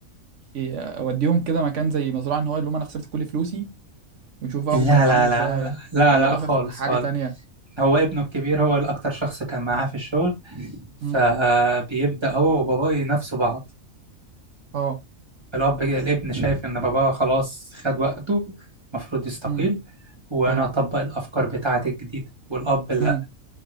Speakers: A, on the right; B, on the right.
A: هيوديهم كده مكان زي مزرعه ان هو اللي هم انا خسرت كل فلوسي ويشوف بقى
B: لا
A: هم هيتعاملوا
B: لا
A: ازاي
B: لا لا لا
A: ولا
B: لا
A: ده
B: خالص
A: في خ- حاجه
B: خالص
A: تانية
B: هو ابنه الكبير هو الأكتر شخص كان معاه في الشغل فبيبدأ
A: امم
B: هو وباباه ينافسوا بعض
A: اه
B: الأب الابن شايف إن باباه خلاص خد وقته المفروض يستقيل
A: امم
B: وأنا
A: ايوه
B: أطبق الأفكار بتاعتي الجديدة والأب لا
A: امم